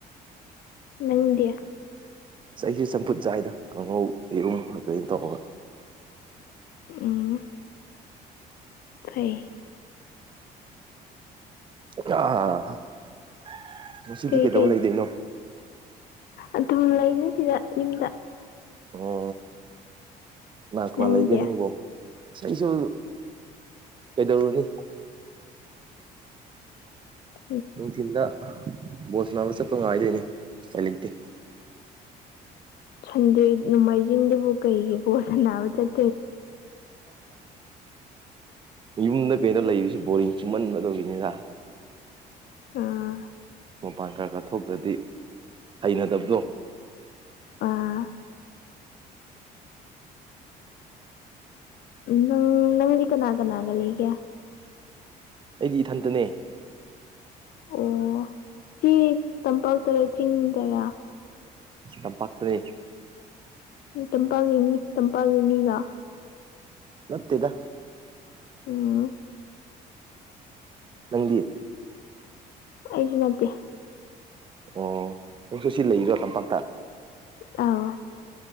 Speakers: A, on the left; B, on the right.
A: ꯅꯪꯗꯤ
B: ꯏꯁ ꯑꯩꯖꯨ ꯆꯝꯐꯨꯠ ꯆꯥꯏꯗ ꯀꯥꯡꯉꯧ ꯌꯦꯔꯨꯝ <unintelligible> ꯇꯧꯔꯒ
A: ꯎ ꯐꯩ
B: <unintelligible>
A: ꯀꯩ
B: ꯀꯩꯗꯧ
A: ꯀꯩ
B: ꯂꯩꯗꯣꯏꯅꯣ
A: ꯑꯗꯨꯝ ꯂꯩꯅꯤ ꯁꯤꯗ ꯌꯨꯝꯗ
B: ꯑꯣ ꯀꯅꯥ ꯀꯅꯥ
A: ꯅꯪꯗꯤ
B: ꯂꯩꯒꯦ ꯅꯪꯕꯣ ꯑꯩꯁꯨ ꯀꯩꯗꯧꯔꯨꯅꯤ
A: <inaudible>
B: ꯅꯨꯡꯊꯤꯟꯗ ꯕꯣꯜ ꯁꯅꯥꯕ ꯆꯠꯄ ꯉꯥꯏꯗꯣꯏꯅꯤ ꯄꯥꯏ ꯂꯩꯇꯦ
A: ꯁꯟꯗꯦ ꯅꯣꯡꯃꯥꯏꯖꯤꯡꯗꯕꯨ ꯀꯩꯒꯤ ꯕꯣꯜ ꯁꯥꯟꯅꯕ ꯆꯠ
B: <inaudible> ꯌꯨꯝꯗ ꯀꯩꯗ ꯂꯩꯕꯁꯤ ꯕꯣꯔꯤꯡ ꯆꯨꯝꯃꯟꯕꯗꯨꯒꯤꯅꯤꯗ
A: ꯑꯥ
B: ꯃꯄꯥꯟ ꯈꯔ ꯈꯔ ꯊꯣꯛꯇ꯭ꯔꯗꯤ ꯍꯩꯅꯗꯕꯗꯣ
A: ꯑꯥ ꯅꯪ ꯅꯪꯗꯤ ꯀꯅꯥ ꯀꯅꯥꯒ ꯂꯩꯒꯦ
B: ꯑꯩꯗꯤ ꯏꯊꯟꯇꯅꯦ
A: ꯑꯣ ꯆꯤ ꯇꯝꯄꯥꯛꯇꯔꯥ ꯆꯤꯡꯗꯔꯥ
B: ꯇꯝꯄꯥꯛꯇꯔꯦ
A: ꯇꯝꯄꯥꯒꯤ ꯃꯤ ꯇꯝꯄꯥꯒꯤ ꯃꯤꯂ
B: ꯅꯠꯇꯦꯗ
A: ꯑꯣ
B: ꯑꯩꯗꯤ
A: ꯑꯩꯁꯨ ꯅꯠꯇꯦ
B: ꯑꯣ ꯅꯪꯁꯨ ꯁꯤ ꯂꯩꯔꯤꯔꯣ ꯇꯝꯄꯥꯛꯇ
A: ꯑꯥꯎ